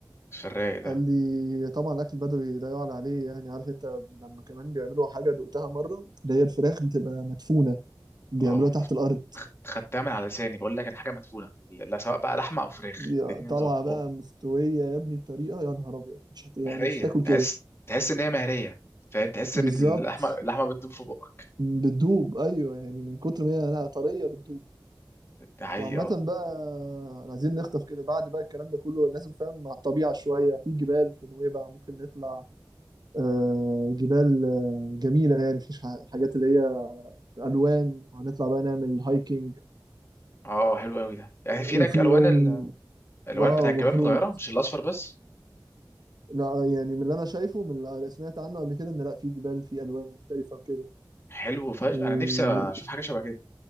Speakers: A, on the left; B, on the right.
A: في الرايق ده
B: قال لي طبعا الاكل البدوي لا يعلى عليه يعني عارف انت لما كمان بيعملوا حاجه دقتها مره اللي هي الفراخ بتبقى مدفونه بيعملوها
A: اه
B: تحت
A: كنت
B: الارض
A: خ- خدتها من على لساني بقول لك الحاجه مدفونه لا سواء بقى لحمه او فراخ
B: يا-
A: الاتنين
B: طالعه
A: دول
B: بقى
A: اوب
B: مستويه يا ابني بطريقه يا نهار ابيض مش هت... يعني
A: مهريه
B: مش هتاكل كده
A: تحس تحس ان هي مهريه فاهم تحس
B: بالظبط
A: باللحمه اللحمه اللحمه بتدوب في بقك
B: بتدوب ايوه يعني من كتر ما هي لا طريه بتدوب
A: ده حقيقي
B: وعامة
A: اه
B: بقى عايزين نخطف كده بعد بقى الكلام ده كله لازم فاهم مع الطبيعة شوية في جبال في نويبع ممكن نطلع آه، جبال آه، جميلة يعني مفيش ح- حاجات اللي هي الوان وهنطلع بقى نعمل هايكنج
A: اه حلو قوي ده يعني في
B: وفي
A: هناك الوان
B: يوم
A: ال- الالوان
B: اه
A: بتاع
B: المفروض
A: الجبال متغيره مش الاصفر بس
B: لا يعني من اللي انا شايفه من اللي سمعت عنه قبل كده ان لا في جبال في الوان مختلفه وكده
A: حلو فش
B: و
A: انا نفسي اشوف حاجه شبه كده